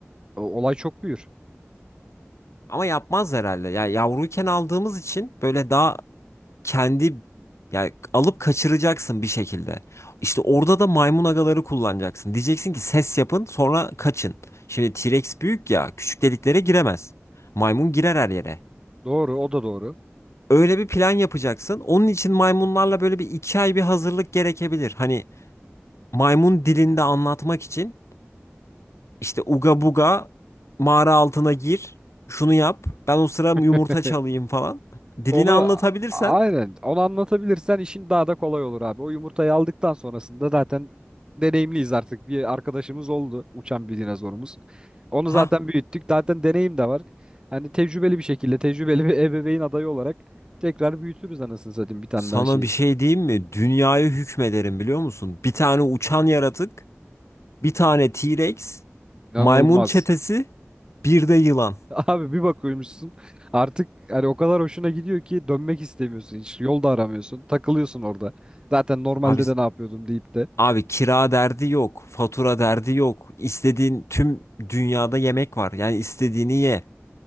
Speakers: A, on the right; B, on the left.
A: o- olay çok büyür.
B: <laughs> Ama yapmaz herhalde. Ya yavruyken aldığımız için böyle daha kendi yani alıp kaçıracaksın bir şekilde. İşte orada da maymun agaları kullanacaksın. Diyeceksin ki ses yapın sonra kaçın. Şimdi T-Rex büyük ya küçük deliklere giremez. Maymun girer her yere.
A: Doğru o da doğru.
B: Öyle bir plan yapacaksın. Onun için maymunlarla böyle bir iki ay bir hazırlık gerekebilir. Hani maymun dilinde anlatmak için işte uga buga mağara altına gir şunu yap ben o sıra yumurta
A: <laughs>
B: çalayım falan. Dilini
A: Onu
B: anlatabilirsen
A: a- aynen onu anlatabilirsen işin daha da kolay olur abi. O yumurtayı aldıktan sonrasında zaten deneyimliyiz artık. Bir arkadaşımız oldu uçan bir dinozorumuz. Onu
B: Ha
A: zaten büyüttük. Zaten deneyim de var. Hani tecrübeli bir şekilde tecrübeli bir <laughs> ebeveyn adayı olarak tekrar büyütürüz anasını satayım bir tane
B: Sana
A: daha şeyi.
B: bir şey diyeyim mi? Dünyayı hükmederim biliyor musun? Bir tane uçan yaratık, bir tane T-Rex,
A: İnanılmaz.
B: maymun çetesi, bir de yılan.
A: <laughs> Abi bir bakıyormuşsun artık hani o kadar hoşuna gidiyor ki dönmek istemiyorsun hiç. Yol da aramıyorsun. Takılıyorsun orada. Zaten normalde
B: Abi
A: de ne yapıyordum deyip de.
B: abi kira derdi yok, fatura derdi yok. İstediğin tüm dünyada yemek var. Yani istediğini ye.